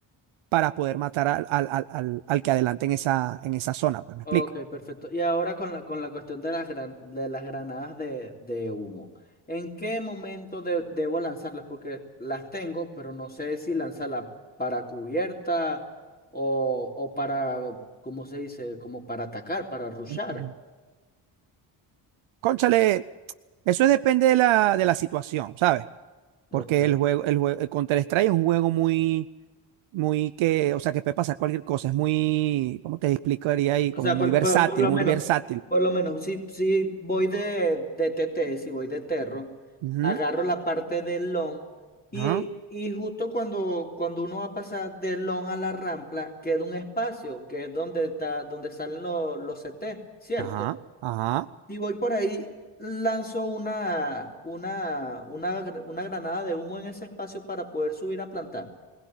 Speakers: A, on the right; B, on the left.
A: para poder matar al, al, al- al- al que adelante en esa, en esa zona, pues me explico.
B: Ok, perfecto. Y ahora con la, con la cuestión de las, gran- de las granadas de, de humo. ¿En qué momento de- debo lanzarlas? Porque las tengo, pero no sé si lanzarlas para cubierta o, o para, ¿cómo se dice? Como para atacar, para rushar.
A: <clears throat> Cónchale, eso depende de la, de la situación, ¿sabes? Porque
B: Ok.
A: el juego, el juego, el Counter-Strike es un juego muy muy que, o sea, que puede pasar cualquier cosa, es muy, ¿cómo te explicaría ahí?
B: O
A: Como
B: sea,
A: muy
B: por,
A: versátil,
B: por- por lo
A: muy
B: menos,
A: versátil.
B: por lo menos, si, si voy de, de T T, si voy de Terro,
A: Ujú,
B: agarro la parte del long y,
A: Ajá,
B: y justo cuando, cuando uno va a pasar del long a la rampla, queda un espacio que es donde está, donde salen los, los CT, ¿cierto?
A: ajá, ajá.
B: Si voy por ahí, lanzo una, una, una, gr- una granada de humo en ese espacio para poder subir a plantar.